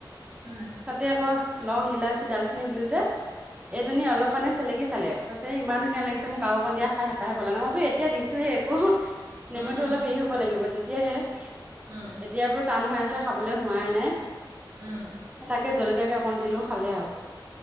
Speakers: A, on the right; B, on the right.
A: উম
B: তাতে আকৌ লং ইলাচি ডালচেনি দিলোঁ যে এজনী অলপ মানে চেলেকি চালে কৈছে ইমান ধুনীয়া লাগিছে আও মোক অকণ দিয়া খাই হেপাহে পলুৱা নাই মই বোলো এতিয়া দিছোঁ হে উহো, নেমটো
A: উম
B: অলপ হেৰি হ'ব লাগিব, তেতিয়াহে।
A: উম।
B: এতিয়া বোলো টান হৈ আছে, খাবলৈ হোৱাই নাই।
A: উম।
B: তাকে জলকীয়াকে অকণ দিলো খালে আৰু।